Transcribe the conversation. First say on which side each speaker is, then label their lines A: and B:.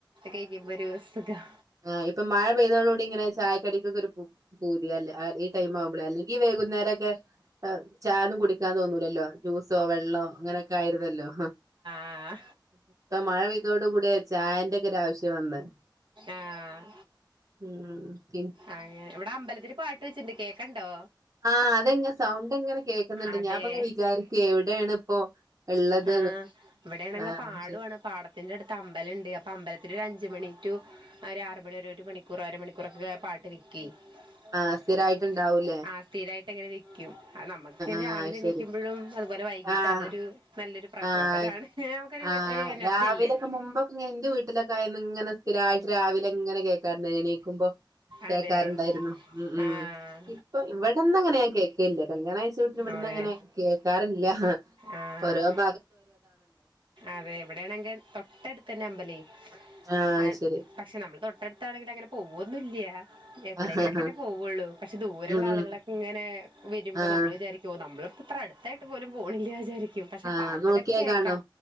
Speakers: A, on the right; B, on the right.
A: കഴിക്കുമ്പോ ഒരു സുഖം
B: ആ് ഇപ്പ മഴ പെയ്തോ കൂടി ഇങ്ങനെ ചായക്കടിക്കൊക്കെ ഒരു പൂതിയല്ല ടൈം ആവുമ്പോഴേ അല്ലെങ്കിൽ വേുന്ന നേരക്കെ ചായൊന്നും കുടിക്കാന്ന് തോന്നൂലല്ലോ ജ്യൂസോ വെള്ളമോ അങ്ങനെയൊക്കെ ആയിരുന്നല്ലോ
A: ആഏ
B: ഇപ്പൊ മഴ പെയ്തോടു കൂടടെ ചായന്റെ ഒക്കെ ഒരു ആവശ്യം വന്നത്
A: ആഏ
B: ഉം പി
A: ആ ഇവിടെ അമ്പലത്തിൽ പാട്ട് വെച്ചിണ്ട് കേക്കണ്ടോ
B: ആഹ അതെങ്ങെ സൗണ്ട് എങ്ങനെ കേൾക്കുന്നുണ്ട്
A: അതെ
B: ഞാൻപ്പ അങ്ങ് വിചാരിക്കുവ എവിടെയാണ് ഇപ്പോൊ ഉള്ളത്
A: ആ് ഇവിടെയാണെങ്കിൽ
B: ആഹ്
A: പാടമാണ്
B: ശരി
A: പാടത്തിന്റെ അടുത്ത് അമ്പലുണ്ട് അപ്പൊ അമ്പലത്തി അഞ്ച് അഞ്ച് മണി ടു ഒ ഒരു ആറ് മണി ഒരു മണിക്കൂർ അരമണിക്കൂറൊക്കെ പാട്ട് വെക്കുവെ -
B: ആഹ് സ്ഥിരായിട്ടുണ്ടാവൂലേ
A: ആ സ്ഥിരായിട്ട് അങ്ങനെ വെക്കും ആഹ് നമുക്ക്
B: ആഹ്
A: രാവിലെ എണീക്കുമ്പോഴും
B: ശരി
A: അതുപോലെ വൈകീട്ട്
B: ആഹ്
A: അതൊരു നല്ലൊരു- പ്രചോദനാണ്
B: ആഹ്
A: നമുക്കൊരു
B: ആഹ്
A: ഒരു എനർജി
B: രാവിലൊക്കെ
A: അല്ലേ
B: മുമ്പക്കെ ഇങ്ങനെ എന്റെ വീട്ടിലൊക്കെ ആയത് ഇങ്ങനെ- ഒതിരാ <unintelligible> ഴ്ച രാവിലെ എങ്ങനെ കേൾക്കാറുന്ന എ നീക്കുമ്പോ കേൾക്കാറുണ്ടായിരുന്നു
A: അതെ
B: ഉം ഉം
A: ആഹ്
B: ഇപ്പൊ ഇവിടന്ന് അങ്ങനെ ഞാൻ കേൾക്കില്ലേ കല്യാണകഴിച്ച വീട്ടിൽ ഇവിടന്ന്-
A: അതെ
B: അങ്ങനെ കേൾക്കാറില്ല
A: ആഹ്
B: ഓരോ -
A: അതെ എവിടെയാണെങ്കിൽ തൊട്ടടുത്ത തന്നെ അമ്പലവെ -
B: ആഹ് ശരി
A: പക്ഷെ നമ്മള് തൊട്ടടുത്താണെങ്കിൽ അങ്ങനെ പോവൊന്നും ഇല്ല്യ എപ്പോഴെങ്കിലൊക്കെന്നെ
B: ആഹ് ആഹ്
A: പോവുള്ളൂ പക്ഷെ ദൂരെയുള്ള
B: ഉം
A: ആളുകളൊക്കെ
B: ഉം
A: ഇങ്ങനെ വരുമ്പോ
B: ആഹ്
A: നമ്മള് വിചാരിക്കോ നമ്മള്- ഇത്ര അടുത്തായിട്ട് പോലും പോണില്ലേ വിചാരിക്കും പക്ഷെ
B: ആഹ്
A: പാട്ട്
B: നോക്കിയാ
A: ഇതൊക്കെ കേക്കാം
B: കാണോ